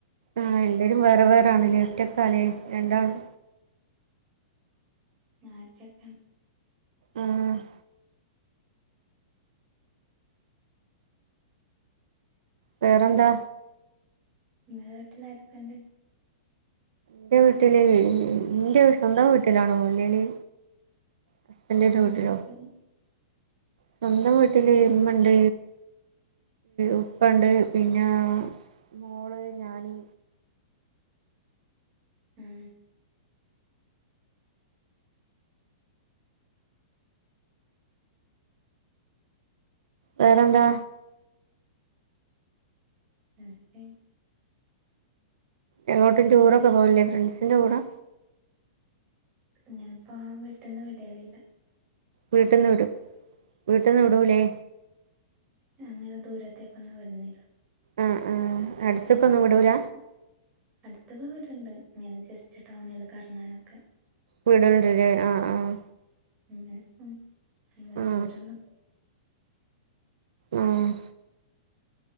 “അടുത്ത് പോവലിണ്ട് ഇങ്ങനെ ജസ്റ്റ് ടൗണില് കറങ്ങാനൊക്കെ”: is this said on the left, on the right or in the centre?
Right